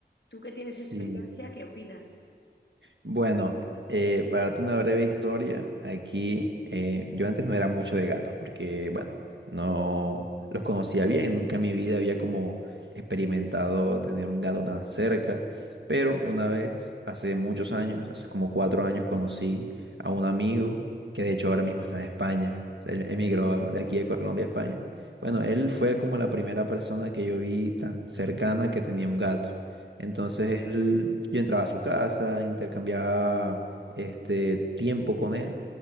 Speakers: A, on the left (about 75°); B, on the right (about 80°).
A: Tú que tienes experiencia,
B: Sí.
A: ¿qué opinas?
B: Bueno, eh, para darte una breve historia, aquí eh, yo antes no era mucho de gatos porque, bueno, no los conocía bien, nunca en mi vida había como experimentado tener un gato tan cerca, pero una vez, hace muchos años, hace como cuatro años, conocí a un amigo que de hecho ahora mismo está en España, él emigró de aquí de Colombia a España. Bueno,
A: Ah,
B: él fue como la primera persona que yo vi tan cercana que tenía un gato. Entonces
A: sí.
B: él, yo entraba a su casa, intercambiaba este tiempo con él